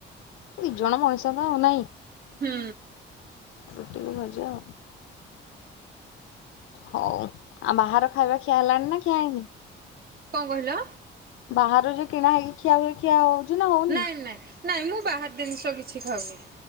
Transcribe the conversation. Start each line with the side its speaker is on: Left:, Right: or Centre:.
Left: ଦି ଜଣ ମଣିଷ ତ ଆଉ ନାଇଁ
Right: ହୁଁ
Left: ରୁଟିକୁ ଭଜା ଆଉ। ହଉ ଆଉ ବାହାର ଖାଇବା ଖିଆ ହେଲାଣି ନା ଖିଆ ହେଇନି।
Right: କଁ କହିଲ।
Left: ବାହାରରେ କିଣା ହେଇକି। <unintelligible> ହଉନି?
Right: ନାଇଁ ନାଇଁ ନାଇଁ ମୁଁ ବାହାର ଦିନ୍ସ କିଛି ଖାଉନି।